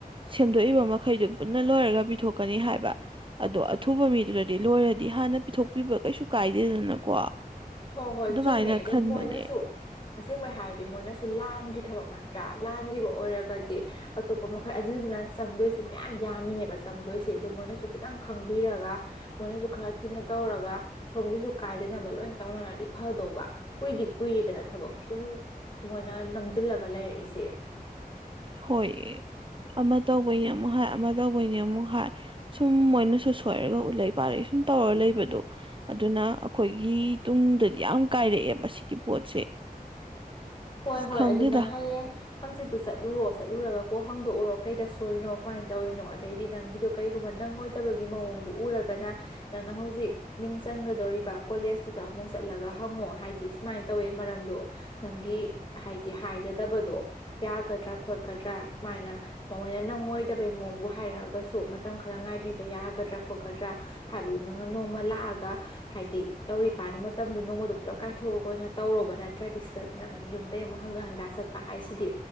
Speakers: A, on the right; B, on the left.
A: ꯁꯦꯝꯗꯣꯛꯏꯕ ꯃꯈꯩꯗꯨ ꯄꯨꯟꯅ ꯂꯣꯏꯔꯒ ꯄꯤꯊꯣꯛꯀꯅꯤ ꯍꯥꯏꯕ ꯑꯗꯣ ꯑꯊꯨꯕ ꯃꯤꯗꯨꯗ ꯗꯤ ꯂꯣꯏꯔꯗꯤ ꯍꯥꯟꯅ ꯄꯤꯊꯣꯛꯄꯤꯕ ꯀꯩꯁꯨ ꯀꯥꯏꯗꯦꯗꯅꯀꯣ
B: ꯍꯣꯏ ꯍꯣꯏ
A: ꯑꯗꯨꯃꯥꯏꯅ
B: ꯆꯨꯝꯃꯦ ꯑꯗꯩ
A: ꯈꯟꯕꯅꯦ
B: ꯃꯣꯏꯅꯁꯨ ꯑꯁꯦꯡꯕꯩ ꯍꯥꯏꯔꯗꯤ ꯃꯣꯏꯅꯁꯨ ꯂꯥꯟꯒꯤ ꯊꯕꯛ ꯅꯠꯇ꯭ꯔꯥ ꯂꯥꯟꯈꯤꯕ ꯑꯣꯏꯔꯒꯗꯤ ꯑꯇꯣꯞꯄ ꯃꯈꯜ ꯑꯗꯨꯗꯨꯅ ꯆꯪꯗꯣꯏꯁꯦ ꯃꯌꯥꯝ ꯌꯥꯝꯃꯤꯅꯦꯕ ꯆꯪꯗꯣꯏꯁꯦ ꯑꯗꯨ ꯃꯣꯏꯅꯁꯨ ꯈꯤꯇꯪ ꯈꯪꯕꯤꯔꯒ ꯃꯣꯏꯅꯁꯨ ꯈꯔ ꯊꯨꯅ ꯇꯧꯔꯒ ꯁꯣꯝꯒꯤꯁꯨ ꯀꯥꯏꯗꯅꯕ ꯂꯣꯏ ꯇꯧꯅꯔꯗꯤ ꯐꯗꯧꯕ ꯀꯨꯏꯗꯤ ꯀꯨꯏꯔꯦꯗꯅ ꯊꯕꯛ ꯁꯨꯝ ꯃꯣꯏꯅ ꯅꯝꯖꯤꯜꯂꯒ ꯂꯩꯔꯛꯏꯁꯦ
A: ꯍꯣꯏ ꯑꯃ ꯇꯧꯕꯩꯅꯦ ꯑꯃꯨꯛ ꯍꯥꯏ ꯑꯃ ꯇꯧꯕꯩꯅꯦ ꯑꯃꯨꯛ ꯍꯥꯏ ꯁꯨꯝ ꯃꯣꯏꯅꯁꯨ ꯁꯣꯏꯔꯒ ꯎꯠꯂꯩ ꯄꯥꯂꯩ ꯁꯨꯝ ꯇꯧꯔ ꯂꯩꯕꯗꯣ ꯑꯗꯨꯅ ꯑꯩꯈꯣꯏꯒꯤ ꯇꯨꯡꯗꯗꯤ ꯌꯥꯝ ꯀꯥꯏꯔꯛꯑꯦꯕ ꯑꯁꯤꯒꯤꯒꯤ ꯄꯣꯠꯁꯦ
B: ꯍꯣꯏ
A: ꯑꯁ
B: ꯍꯣꯏ
A: ꯈꯪꯗꯦꯗ
B: ꯑꯗꯨꯅ ꯍꯌꯦꯡ ꯍꯪꯆꯤꯠꯇꯨ ꯆꯠꯂꯨꯔꯣ ꯆꯠꯂꯨꯔꯒ ꯀꯣ ꯍꯪꯗꯣꯛꯎꯔꯣ ꯀꯩꯗ ꯁꯣꯏꯔꯤꯅꯣ ꯀꯃꯥꯏꯅ ꯇꯧꯔꯤꯅꯣ ꯑꯗꯩꯗꯤ ꯅꯪꯒꯤꯗꯣ ꯀꯔꯤꯒꯨꯝꯕ ꯅꯪꯉꯣꯏꯗꯕꯒꯤ ꯃꯑꯣꯡꯗꯨꯣ ꯎꯔꯒꯅ ꯅꯪꯅ ꯍꯧꯖꯤꯛ ꯃꯤꯡ ꯆꯟꯒꯗꯧꯔꯤꯕ ꯀꯣꯂꯦꯁꯇꯨꯗ ꯑꯃꯨꯛ ꯆꯠꯂꯒ ꯍꯪꯉꯣ ꯍꯥꯏꯗꯤ ꯁꯨꯃꯥꯏꯅ ꯇꯧꯋꯦ ꯃꯔꯝꯗꯣ ꯅꯪꯒꯤ ꯍꯥꯏꯗꯤ ꯍꯥꯏꯒꯗꯕꯗꯣ ꯌꯥꯒꯗ꯭ꯔꯥ ꯈꯣꯠꯀꯗ꯭ꯔꯥ ꯁꯨꯃꯥꯏꯅ ꯃꯃꯣꯏꯅ ꯅꯪꯉꯣꯏꯗꯕꯩ ꯃꯑꯣꯡꯕꯨ ꯍꯥꯏꯔꯛꯑꯒꯁꯨ ꯃꯇꯝ ꯈꯔ ꯉꯥꯏꯕꯤꯕ ꯌꯥꯒꯗ꯭ꯔꯥ ꯈꯣꯠꯀꯗ꯭ꯔꯥ ꯍꯥꯏꯕꯗꯨ ꯅꯪꯅ ꯅꯣꯡꯃ ꯂꯥꯛꯑꯒ ꯍꯥꯏꯗꯤ ꯇꯧꯔꯤꯀꯥꯟꯗ ꯃꯇꯝꯗꯣ ꯅꯣꯡꯃꯗ ꯄꯨꯂꯞ ꯀꯥꯏꯊꯣꯛꯑꯒ ꯑꯣꯏꯅ ꯇꯧꯔꯣꯕ ꯅꯠꯇ꯭ꯔꯗꯤ ꯁꯤꯗ ꯅꯪ ꯌꯨꯝꯗꯩ ꯑꯃꯨꯛ ꯍꯪꯒ ꯍꯟꯗꯥ ꯆꯠꯄ ꯍꯥꯏꯁꯤꯗꯤ